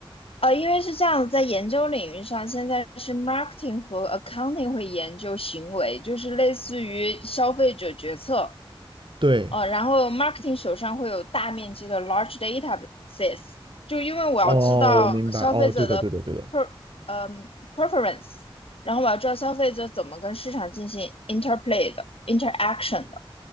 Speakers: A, on the left; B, on the right.
A: 呃，因为是这样，在研究领域上，现在是 marketing 和 accounting 会研究行为，就是类似于消费者决策。
B: 对，
A: 呃，然后 marketing 手上会有大面积的 large databases，就因为我要知道消费者的
B: 哦，我明白，哦，对的，对的，对的，
A: per 嗯 preference，然后我要知道消费者怎么跟市场进行 interplay 的 interaction 的。